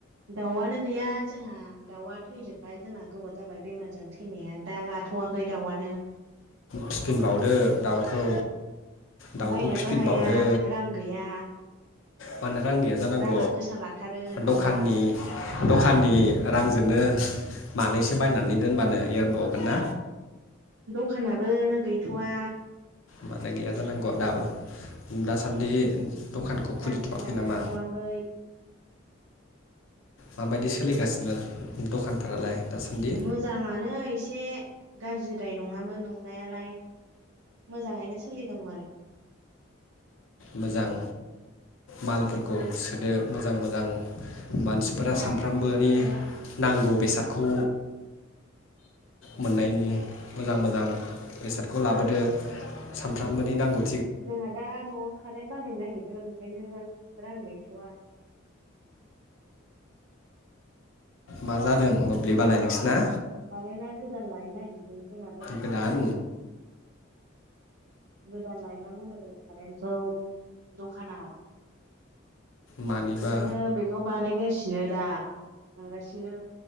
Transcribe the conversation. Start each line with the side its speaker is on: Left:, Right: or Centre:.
Right: दाउआनो गैया जोंहा दाउआ थैजोब्बाय जोंना गोबाव जाबाय बेमारजों थैनाया दा लाथ'वाखै दाउआनो ‌
Left: फिफिनबावदो दाउखौ दाउखौ
Right: बायनोबो
Left: फिफिनबावदो
Right: हाया रां गैया
Left: मानो रां गैया रां नांग
Right: राङा गोसा लाथारो दाउआ
Left: दखाननि दखाननि रांजों जोंनो मानैसो बायनानै दोनबानो एरबावगोन ना
Right: दखानाबो गैथ'वा।
Left: माने गैया जानांगौ दाबो दासान्दि। दखानखौ खुलिथ'वाखै
Right: रां खामायनो
Left: नामा
Right: हाथ'वाखै।
Left: माबायदि सोलिगासिनो दखानफोरालाय? दासान्दि
Right: मोजाङानो एसे गाज्रि। दाय नङामोन नंनायालाय मोजाङैनो सोलिदोंमोन।
Left: मोजां मालफोरखौ सोदो मोजां मोजां मानसिफोरा
Right: नोंस्रा
Left: सानफ्रामबोनि
Right: आइया मा खालामदों
Left: नांगौ बेसादखौ मोननायनि मोजां मोजां बेसादखौ लाबोदो सानफ्रामबोनि नांगौ।
Right: जोंहा दा न'आव कारेन्ट बानायनो नागिरदों। ओंखायनो रां गैथ'वा
Left: मा जादों मोब्लिबालाय नोंसिना?
Right: कारेना गोदान लायनो नागिदों। जोंना दखानाव
Left: गोदान
Right: गोदान लायनांगौनो कारेन्टखौ दखानाव।
Left: मानिबा
Right: ओंखायनो बेखौ बानायगासिनो दा थांगासिनो।